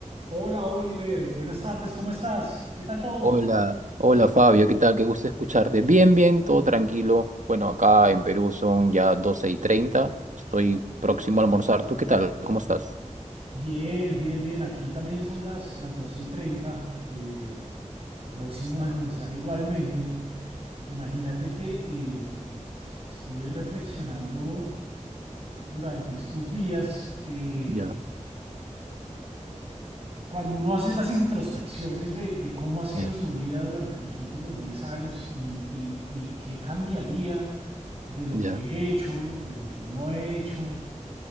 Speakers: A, on the right (about 50°); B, on the right (about 75°).
A: Hola Oliver, buenas tardes, ¿cómo estás? ¿Qué tal todo?
B: Hola, hola Fabio, ¿qué tal? Qué gusto escucharte. Bien, bien, todo tranquilo. Bueno, acá en Perú son ya 12 y 30. Estoy próximo a almorzar. ¿Tú qué tal? ¿Cómo estás?
A: Bien, bien, bien, aquí también son las, las 12 y 30. eh, próximo a almorzar igualmente. Imagínate que eh, estuve reflexionando durante estos días, eh,
B: Ya,
A: cuando uno hace las introspecciones de, de cómo ha sido
B: eh,
A: su vida durante los últimos 10 años y, y y qué cambiaría de lo
B: ya.
A: que he hecho, de lo que no he hecho.